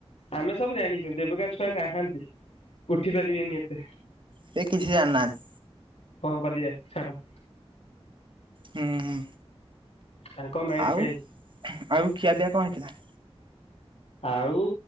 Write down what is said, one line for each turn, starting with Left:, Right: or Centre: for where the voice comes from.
Left: ଆମେ ସବୁ ଜାଣିଛନ୍ତି ଏବେକା ଛୁଆ କାହାନ୍ତି। ଉଠି ପାରିବେନି ଏତେ
Right: ସେ କିଛି ଜାଣିନାହାନ୍ତି
Left: କଣ କରିବା ଛାଡ।
Right: ହୁଁ।
Left: ତାଙ୍କ ମାଇଣ୍ଡ
Right: ଆଉ
Left: କାଇଁ।
Right: ଆଉ ଖିଆପିଆ କଣ ହେଇଥିଲା?
Left: ଆଉ